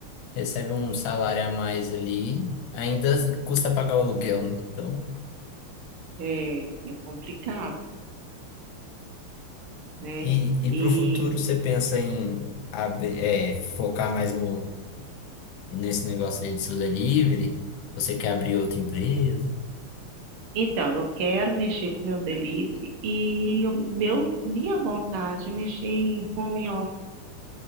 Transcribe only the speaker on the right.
é, é complicado, né?
E
então, eu quero mexer com meu delivery e eu- meu, minha vontade é mexer em home office,